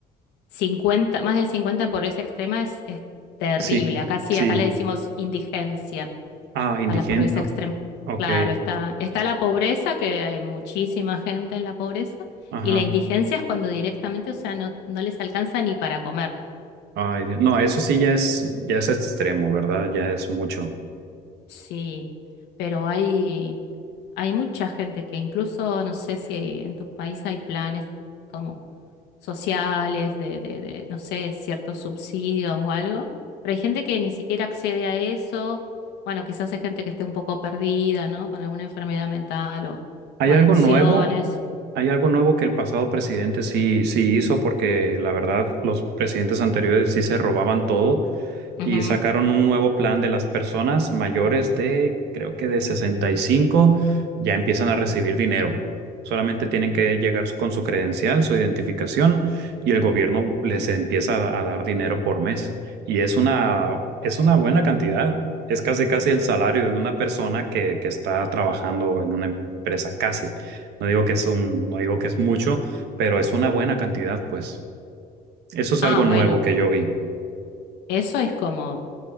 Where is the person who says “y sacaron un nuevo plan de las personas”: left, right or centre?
Right